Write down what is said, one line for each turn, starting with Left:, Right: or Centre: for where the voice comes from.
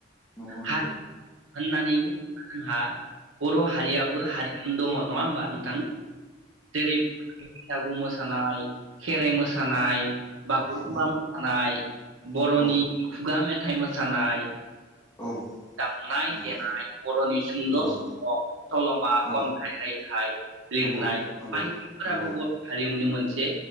Left: नंगौ औ नंगौ
Right: हारिमु होननानै बुङोब्ला जोंहा बर' हारियाबो हारिमु दङ' नङा होमबा नोंथां जेरै बैसागु मोसानाय, खेराइ मोसानाय, बागुरुमबा
Left: औ
Right: मोसानाय, बर'नि
Left: दङ दङ औ
Right: खुगा मेथाइ मोसानाय,
Left: औ
Right: दामनाय-देनाय,
Left: नंगौ
Right: बर'नि सुंद'
Left: नंगौ
Right: सल', सल'मा,
Left: औ
Right: खन्थाइ, रायथाइ लिरनाय
Left: नंगौ नंगौ
Right: बायदिफोराबो
Left: नंगौ
Right: बर' हारिमुनो मोनसे